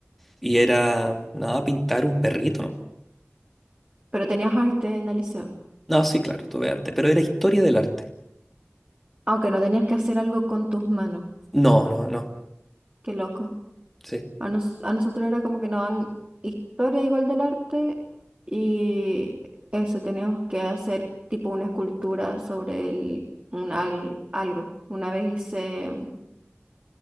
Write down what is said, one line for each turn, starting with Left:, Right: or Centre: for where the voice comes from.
Centre: y era, nada, pintar un perrito nomás.
Right: Pero tenías arte en el liceo,
Centre: No, sí, claro, tuve arte, pero era historia del arte.
Right: aunque no tenías que hacer algo con tus manos,
Centre: No, no, no.
Right: qué loco.
Centre: Sí.
Right: A, nos- a nosotros era como que nos dan historia igual del arte y eso, teníamos que hacer tipo una escultura sobre el, un al- algo. Una vez hice, mm,